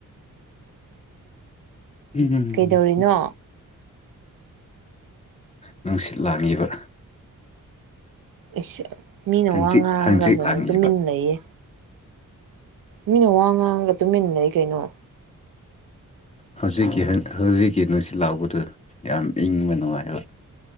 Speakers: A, on the left; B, on the right.
A: ꯎꯝ ꯍꯝ
B: ꯀꯩꯗꯧꯔꯤꯅꯣ
A: ꯎ ꯎ ꯅꯨꯡꯁꯤꯠ ꯂꯥꯡꯉꯤꯕ
B: ꯏꯁ ꯃꯤꯅ
A: ꯍꯪꯆꯤꯠ
B: ꯋꯥ ꯉꯥꯡꯒꯁꯨ
A: ꯍꯪꯆꯤꯠ ꯂꯥꯡꯉꯤꯕ
B: ꯇꯨꯃꯤꯟꯅ ꯂꯩꯩꯌꯦ ꯃꯤꯅ ꯋꯥ ꯉꯥꯡꯉꯒ ꯇꯨꯃꯤꯟꯅ ꯂꯩ ꯀꯩꯅꯣ
A: ꯍꯧꯖꯤꯛꯀꯤ ꯍꯧꯖꯤꯛꯀꯤ ꯅꯨꯡꯁꯤꯠ ꯂꯥꯎꯕꯗꯨ ꯌꯥꯝ ꯏꯪꯕ ꯅꯨꯡꯉꯥꯏꯕ